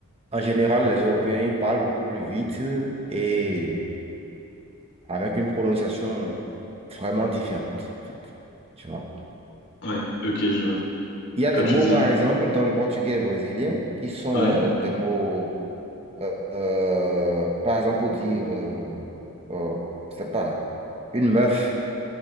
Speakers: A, on the right; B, on the left.
A: En général, les Européens ils parlent beaucoup plus vite et avec une prononciation vraiment différente, en fait. Tu vois.
B: ouais, ok, je vois.
A: Il y a
B: Quand
A: des
B: tu
A: mots,
B: dis.
A: par exemple, dans le portugais brésilien qui sont
B: Ouais,
A: des mots, euh, euh, par exemple, pour dire, euh, euh, je sais pas, une meuf.